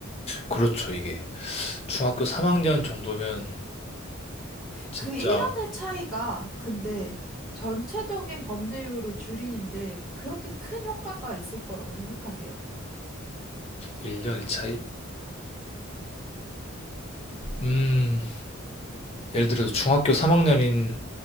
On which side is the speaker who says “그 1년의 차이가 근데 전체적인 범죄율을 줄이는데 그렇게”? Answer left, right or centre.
Centre